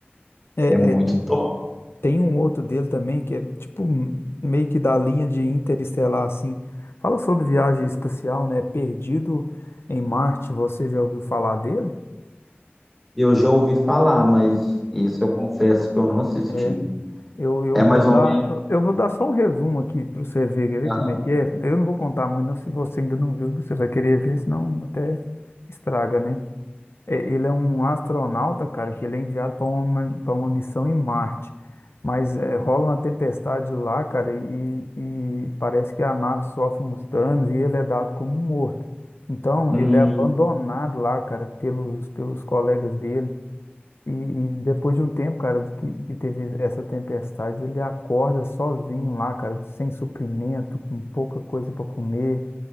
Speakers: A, on the left (about 75°); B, in the centre.
A: É,
B: é muito
A: é,
B: top.
A: Tem um outro dele também que é tipo m- meio que da linha de Interestelar, assim. Fala sobre viagem espacial, né? Perdido em Marte, você já ouviu falar dele?
B: Eu já ouvi falar, mas isso eu confesso que eu não assisti.
A: É, eu, eu
B: É
A: vou
B: mais ou
A: dar,
B: menos.
A: eu vou dar só um resumo aqui para você ver, quer ver
B: Aham.
A: como é que é. Eu não vou contar muito, não. Se você ainda não viu, você vai querer ver, senão até estraga, né? É, ele é um astronauta, cara, que ele é enviado para uma, para uma missão em Marte. Mas é, rola uma tempestade lá, cara, e, e parece que a nave sofre uns danos e ele é dado como morto. Então,
B: Hum,
A: ele é abandonado lá, cara, pelos, pelos colegas dele. E, e depois de um tempo, cara, que, que teve essa tempestade, ele acorda sozinho lá, cara, sem suprimento, com pouca coisa para comer.